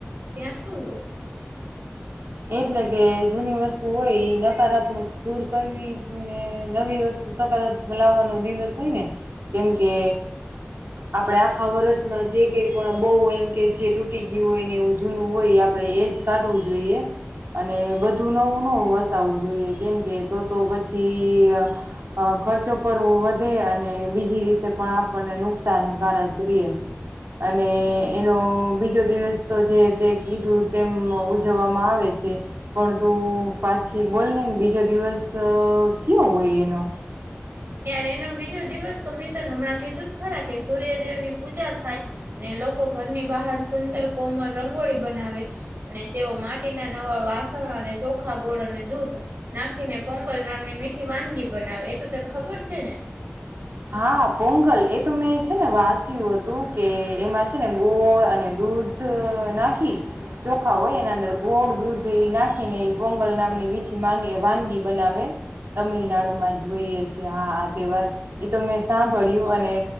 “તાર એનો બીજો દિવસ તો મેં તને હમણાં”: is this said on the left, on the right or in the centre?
Right